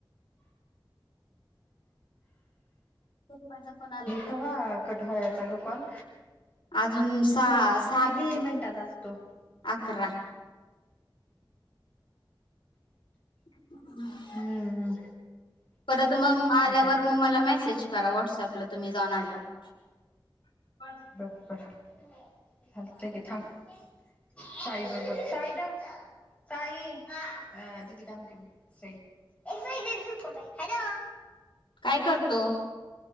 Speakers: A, on the left; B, on the left.
A: पप्पांचा फोन आलाय
B: कवा कट व्हायचा गं कॉल.
A: अजून सास
B: किती मिनिटाचा असतो.
A: अकरा. <unintelligible>
B: हम्म
A: परत मग
B: अरे
A: आल्यावर
B: काय
A: मग मला मेसेज करा व्हॉट्सअपला तुम्ही जाऊन आल्यावर.
B: बर बरं हलते की थांब. साई बरबर साई धर साई अ दिदी का म्हणते बघ. <unintelligible>
A: काय करतो.